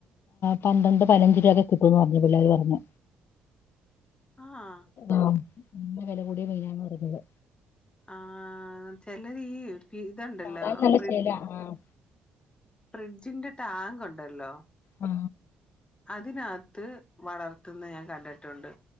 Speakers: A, on the left (about 55°); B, on the left (about 20°).
A: പന്ത്രണ്ട് പതിനഞ്ച് രൂപ ഒക്കെ കിട്ടുംന്ന് പറഞ്ഞു പിള്ളേർ പറഞ്ഞു
B: ആഹ്
A: ആഹ് നല്ല വില കൂടിയ മീനാണ് ന്ന പറയുന്നത്
B: ആഹ് ചിലർ ഈ ഇത്ണ്ടല്ലോ
A: കാണാൻ നല്ല
B: ഫ്രിഡ്ജ്
A: ശേലാ ആഹ്
B: ഫ്രിഡ്ജിന്റെ ടാങ്ക് ഉണ്ടല്ലോ
A: ആ
B: അതിനകത്ത് വളർത്ത്ന്നത് ഞാൻ കണ്ട്ട്ടുണ്ട്